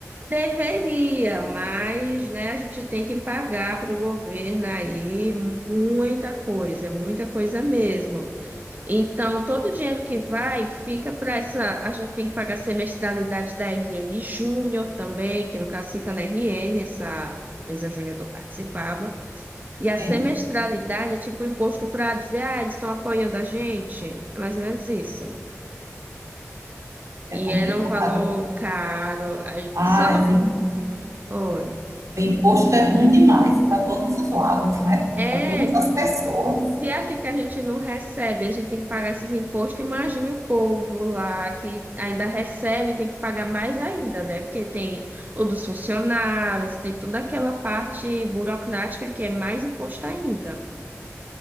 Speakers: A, on the right; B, on the right.
A: Deveria, mas né, a gente tem que pagar para o governo aí muita coisa, muita coisa mesmo. Então, todo o dinheiro que vai fica para essa. A gente tem que pagar a semestralidade da RN Júnior também, que no caso fica na RN, essa empresa júnior que eu participava. E a
B: bem,
A: semestralidade é tipo imposto para dizer, ah, eles estão apoiando a gente. É mais ou menos isso.
B: é
A: E
B: complicado.
A: era um valor caro. A gen-
B: Ah,
A: Só no.
B: esse im-
A: Oi.
B: imposto é ruim demais para todos os lados, né?
A: É,
B: Para todas as pessoas.
A: Se é aqui que a gente não recebe, a gente tem que pagar esses impostos, imagine o povo lá que ainda recebe, tem que pagar mais ainda, né? Porque tem o dos funcionários, tem toda aquela parte burocrática que é mais imposto ainda.